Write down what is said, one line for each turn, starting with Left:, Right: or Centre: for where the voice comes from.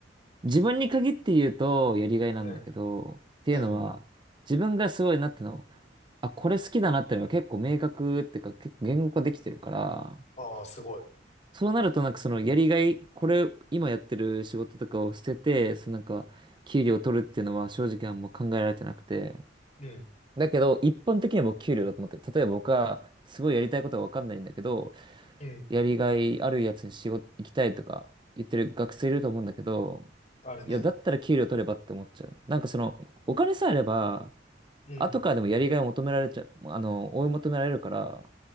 Right: 自分に限って言うと、やりがいなんだけど、
Left: うん。
Right: っていうのは、
Left: うん。
Right: 自分がすごいなっての、あ、これ好きだなってのが結構明確っていうか、結構言語化できてるから、
Left: ああ、すごい。
Right: そうなるとなんかそのやりがい、これ今やってる仕事とかを捨てて、そのなんか給料を取るっていうのは正直あんま考えられてなくて。
Left: うん。
Right: だけど一般的には僕給料だと思って、例えば僕はすごいやりたいことはわかんないんだけど、
Left: うん。
Right: やりがいあるやつに仕事行きたいとか言ってる学生いると思うんだけど、
Left: あるね。
Right: いや、だったら給料取ればって思っちゃう。なんかそのお金さえあれば、
Left: うん。
Right: 後からでもやりがいを求められちゃう、あの、追い求められるから、